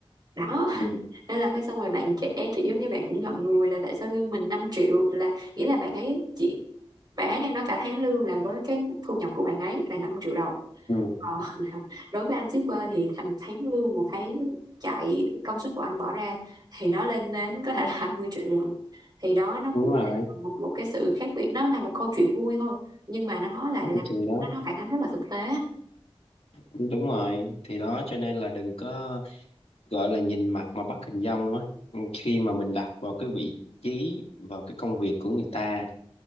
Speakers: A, on the right; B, on the left.
A: đó <laughs>
B: ừ.
A: đây là cái xong rồi bạn trẻ kiểu giống như bạn cũng ngậm ngùi là tại sao lương mình năm triệu là nghĩa là bạn ấy chỉ bạn ấy đang nói cả tháng lương là với cái thu nhập của bạn ấy là năm triệu đồng
B: Ừ.
A: Ờ, <laughs> đối với anh shipper thì thà- một tháng lương một tháng chạy công sức của anh bỏ ra thì nó lên đến có thể là 20 triệu lần thì đó nó
B: đúng
A: cũng
B: rồi
A: là một một cái sự khác biệt nó là một câu chuyện vui thôi nhưng mà nó lại là
B: thì đó
A: nó nó phản ánh rất là thực tế
B: đúng rồi thì đó cho nên là đừng có gọi là nhìn mặt mà bắt hình dong á Ừ, khi mà mình đặt vào cái vị trí vào cái công việc của người ta